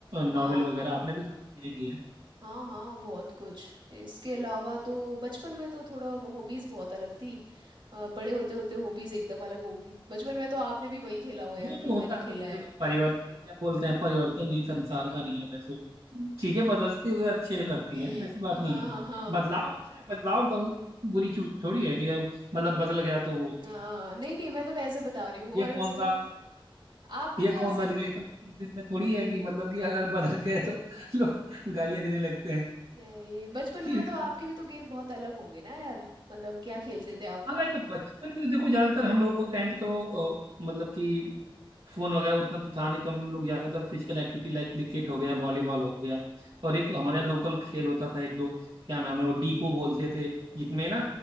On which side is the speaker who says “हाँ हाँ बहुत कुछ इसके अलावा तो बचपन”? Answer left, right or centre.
Right